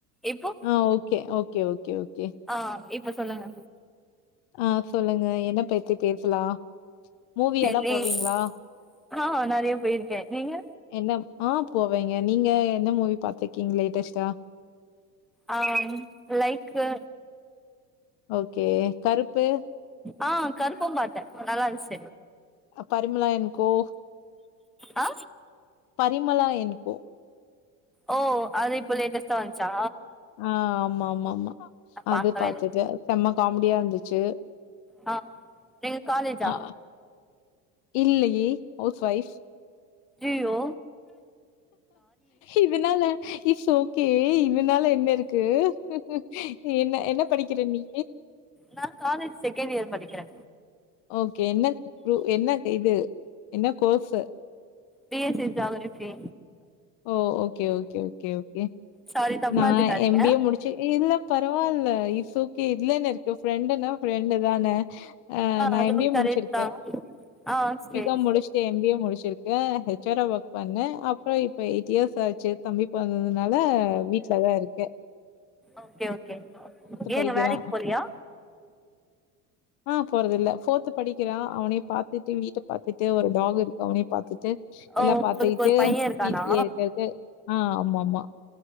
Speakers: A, in the centre; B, on the left (about 55°).
A: இப்போ
B: ஆ ஓகே ஓகே ஓகே ஓகே
A: ஆ இப்ப சொல்லுங்க.
B: ஆ சொல்லுங்க என்ன பெத்தி பேசலா மூவி
A: டென்னிஸ்
B: எல்லா போவீங்களா?
A: ஆ நெறையப் போயிருக்கே நீங்க
B: என்னப் ஆ போவேங்க நீங்க என்ன மூவி பாத்திக்கீங் லேட்டஸ்ட்டா
A: ஆ ம் லைக்கு
B: ஓகே கருப்பு
A: ஆ கருப்பு பாத்தே நல்லாந்துச்சு
B: பரிமளா என் கோ
A: ஆ
B: பரிமளா என் கோ
A: ஓ அது இப்போ லேட்டஸ்டா வந்ச்சா
B: ஆ ஆமா ஆமா ஆமா அது
A: பாக்கவே
B: பாத்துட்டு
A: இல்ல
B: செம காமெடியா இருந்துச்சு
A: ஆ நீங்க காலேஜா
B: ஆ இல்லையே ஹவுஸ் ஒய்ஃப்
A: ஜியோ
B: இதுனால இட்ஸ் ஓகே இதுனால என்ன இருக் ருக்கு என்ன என்ன படிக்கிற நீ
A: நா காலேஜ் செகண்ட் இயர் படிக்கிறே
B: ஓகே என்ன குரூ என்ன இது என்ன course
A: B S C geography
B: oh okay okay okay okay
A: sorry தப்பா
B: நா
A: எடுத்துக்காதீங்க
B: எம் பி ஏ முடிச்சி இல்ல பரவால்ல இட்ஸ் ஓ கே இதுல என்ன இருக்க ஃபிரெண்டு நா ஃபிரெண்டு தான ஆ நா
A: அதுவு
B: எம் பி
A: கரெக்ட்
B: முடிச்சிருக்கே
A: தா ஆ சேரி
B: பிகாம் முடிச்
A: சேரி
B: எம் பி ஏ முடிச்சிருக்கே ஹச்சாரா ஒர்க் பண்ணே அப்றோ இப்ப எயிட் இயர்ஸ் ஆச்சு தம்பி போறததுனால ஆ வீட்ல தா இருக்கே
A: ஓகே ஓகே
B: படிக்கிறான்.
A: ஏங்க வேலைக்கு போலயா
B: ஆ போறது இல்ல ஃபோர்த்து படிக்கிறா அவனே பாத்துட்டு வீட்ட பாத்துட்டு ஒரு டாக் இருக்கு அவனயு பாத்துட்டு
A: ஓ
B: எல்லா பாத்துக்கிட்டு
A: உங்களுக்கு ஒரு பைய இருக்கானா
B: வீட்லியே இருக்குறது ஆ ஆமா ஆமா